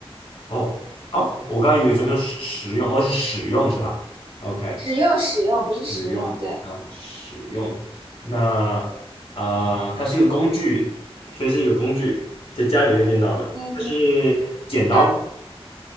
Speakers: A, on the left (about 65°); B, on the right (about 60°).
A: 哦哦，我刚刚已经说是使食用，哦是使用是吧？OK，
B: 使用使用不是实用，
A: 使用啊，
B: 对，
A: 使用。那啊、呃它是一个工具，所以是一个工具，在家里会见到的。
B: 嗯，
A: 它是剪刀吗
B: 它